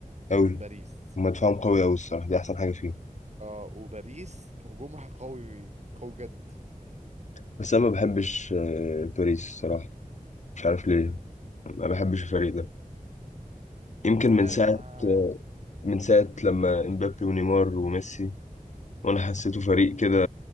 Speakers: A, on the left; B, on the right.
A: أوي
B: من باريس
A: هما دفاعهم قوي أوي الصراحة دي أحسن حاجة فيه
B: اه وباريس هجومها قوي قوي جد
A: بس أنا ما بحبش آه، باريس الصراحة مش عارف ليه ما بحبش الفريق ده يمكن
B: مش
A: من
B: عارف
A: ساعة
B: انا عادي
A: من ساعة
B: مم.
A: لما امبابي ونيمار وميسي وأنا حسيته فريق كده